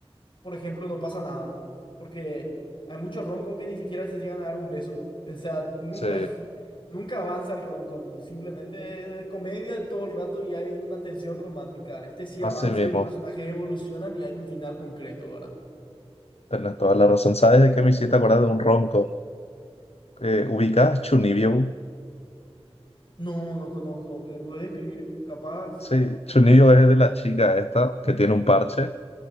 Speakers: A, on the left (about 50°); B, on the left (about 70°).
A: por ejemplo, no pasa nada. Porque hay muchos romcom que ni siquiera se llegan a dar un beso. O sea, nunca,
B: Sí.
A: <laughs> nunca avanza el romcom. Simplemente es comedia todo el rato y hay una tensión romántica. Este sí
B: Así
A: avanza
B: mismo.
A: y los personajes evolucionan y hay un final concreto, ¿verdad?
B: Tenés toda la razón. ¿Sabes de qué me hiciste acordar de un romcom? Eh, ¿ubicás Chunibyo?
A: No, no conozco. ¿Me puedes escribir? Capaz.
B: Sí, Chunibyo es de la chica esta que tiene un parche,